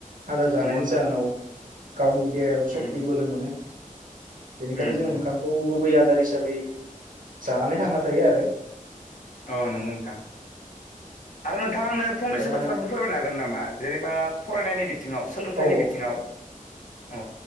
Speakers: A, on the right; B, on the left.
A: आदार जानायनि
B: नंगौ नोंथां
A: जाहोनाव गावनि देहायाव सख्ति
B: उम
A: बोलो मोनो बेनिखायनो
B: उम
A: जों
B: उम
A: ओंखामखौ गुबै आदार हिसाबै हिसाबै जानानै थांना थायो आरो
B: औ नंगौ नोंथां आरोना नोंथां आ आंनो फंनैसो
A: दा
B: बाथ्रा बुं फोरमाय हागोन नामा जेनेबा फरायनायनि बि बिथिङाव सोलोंथाइनि
A: औ
B: बिथिङाव औ